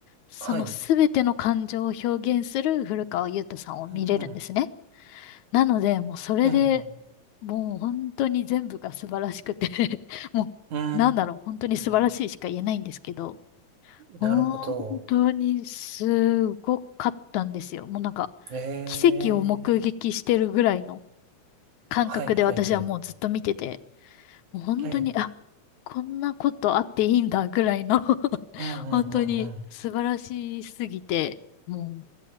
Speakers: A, on the left; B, on the right.
A: そのすべての感情を表現する古川優太さんを見れるんですね。
B: はい。うんうん。
A: なので、もうそれで
B: うん
A: もう本当に全部が素晴らしくて <laughs> もうなんだろう、
B: うん。う
A: 本当に素晴らしいしか言えないんですけど、
B: ーん。なるほど。
A: 本当にすごかったんですよ。もうなんか、
B: ええ。
A: 奇跡を目撃してるぐらいの感覚で私はもうずっと見てて、
B: はいはいはい。
A: もう本当に、
B: ええ。
A: あ、こんなことあっていいんだぐらいの <laughs>
B: うんうんうん
A: 本当に素晴らしすぎて、もう